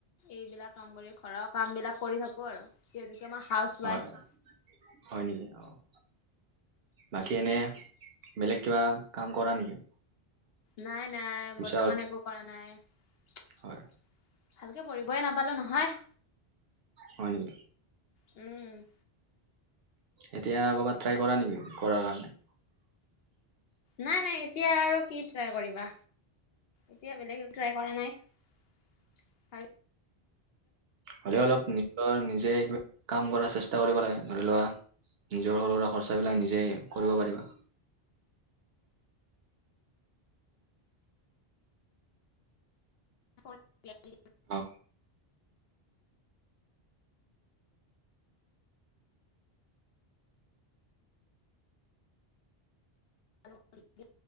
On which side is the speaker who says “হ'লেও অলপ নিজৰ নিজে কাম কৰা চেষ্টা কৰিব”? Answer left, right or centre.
Right